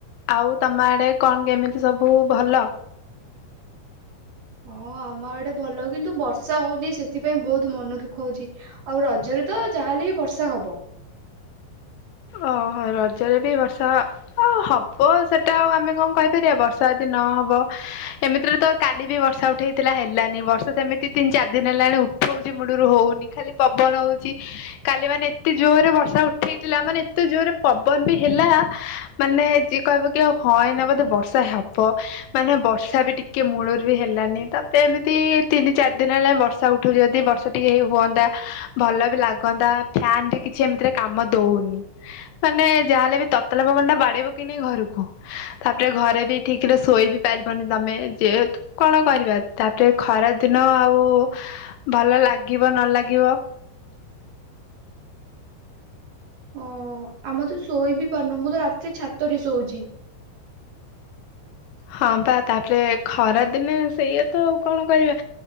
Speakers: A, on the left (about 75°); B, on the right (about 55°).
A: ଆଉ ତମ ଆଡେ କଣ କେମିତି ସବୁ ଭଲ?
B: ହଁ ଆମ ଏଡେ ଭଲ କିନ୍ତୁ ବର୍ଷା ହଉନି ସେଥିପାଇଁ ବହୁତ ମନ ଦୁଃଖ ହଉଛି। ଆଉ ରଜରେ ତ ଯାହାେଲେ ବର୍ଷା ହବ।
A: ଓହୋ ରଜରେ ବି ବର୍ଷା ହବ ସେଟା ଆଉ ଆମେ କଣ କହିପାରିବା ବର୍ଷା ଦିନ ହବ, ଏମିତିରେ ତ କାଲି ବି ବର୍ଷା ଉଠେଇଥିଲା ହେଲାନି ବର୍ଷା ସେମିତି ତିନି ଚାରି ଦିନ ହେଲାଣି ଉଠଉଛି ମୁଳୁରୁ ହଉନି, ଖାଲି ପବନ ହଉଛି କାଲି ମାନେ ଏତେ ଜୋର ରେ ବର୍ଷା ଉଠେଇଥିଲା ମାନେ ତ ଯୋରେ ପବନ ବି ହେଲା ମାନେ ଯିଏ କହିବ କି ଆଉ <unintelligible> ନ ବୋଧେ ବର୍ଷା ହବ। ମାନେ ବର୍ଷା ବି ଟିକେ ମୂଳରୁ ବି ହେଲାନି ତାପରେ ଏମିତି ତିନି ଚାରି ଦିନ ହେଲା ବର୍ଷା ଉଠ ଠୁ ଯଦି ବର୍ଷ ଟିକେ ହୁଅନ୍ତା ଭଲ ବି ଲାଗନ୍ତା ଫ୍ୟାନ ବି କିଛି ଏମିତିରେ କାମ ଦଉନି। ମାନେ ଯାହାହେଲେ ବି ତତଲା ପବନ ଟା ବାଡେଇବ କି ନାଇଁ ଘରକୁ। ତାପରେ ଘରେ ବି ଠିକ ରେ ଶୋଇ ବି ପାରିବନି ତମେ ଯେହତୁ କଣ କରିବା ତାପରେ ଖରା ଦିନ ଆଉ ଭଲ ଲାଗିବ ନ ଲାଗିବ।
B: ହଁ ଆମେ ତ ଶୋଇ ବିି ପାରୁନୁ ମୁଁ ତ ରାତିରେ ଛାତରେ ଶୋଉଛି।
A: ହଁ ବା ତାପରେ ଖରା ଦିନେ ସେଇୟା ତ କଣ କରିବା।